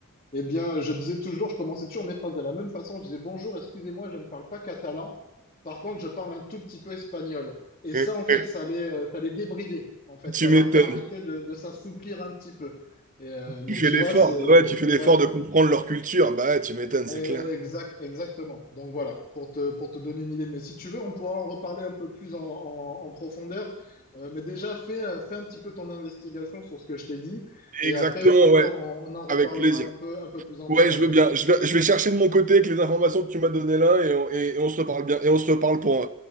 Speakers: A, on the left; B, on the right.
A: eh bien, je disais toujours, je commençais toujours mes phrases de la même façon. Je disais, bonjour, excusez-moi, je ne parle pas catalan. Par contre, je parle un tout petit peu espagnol. Et
B: <laughs>
A: ça, en fait, ça les, euh, ça les débridait. En fait,
B: Tu
A: ça
B: m'étonnes.
A: leur permettait de, de s'assouplir un petit peu. Et, euh, mais
B: Tu fais
A: tu
B: l'effort.
A: vois, c'est,
B: Bah ouais, tu fais l'effort
A: ouais.
B: de comprendre leur culture. Bah ouais, tu m'étonnes,
A: Exact,
B: c'est clair.
A: exactement. Donc voilà, pour te, pour te donner une idée. Mais si tu veux, on pourra en reparler un peu plus en, en- en profondeur. Euh, mais déjà, fais, euh, fais un petit peu ton investigation sur ce que je t'ai dit. Et
B: Exactement,
A: après, si tu veux,
B: ouais.
A: on, on en reparlera
B: Avec plaisir.
A: un peu, un peu plus en détail.
B: Ouais, je veux bien. Je vais, je vais chercher de mon côté avec les informations que tu m'as données là et on, et- et on se reparle bien. Et on se reparle pour